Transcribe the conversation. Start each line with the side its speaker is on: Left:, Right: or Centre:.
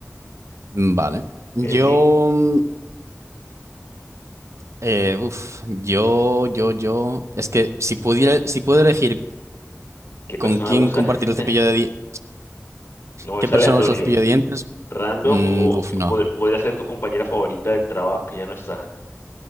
Right: Mm, Vale. Yo...
Left: ¿Qué de ti?
Right: mm, eh, uf, yo, yo, yo... Es que si pudiera, si puedo elegir
Left: ¿Qué persona
Right: con quién
Left: usa?
Right: compartir
Left: <laughs>
Right: el cepillo de dientes...
Left: No,
Right: ¿Qué
Left: es
Right: persona
Left: aleatorio,
Right: usa el cepillo de dientes?
Left: random
Right: Mm,
Left: o
Right: uf, no.
Left: pod- podría ser tu compañera favorita del trabajo que ya no está.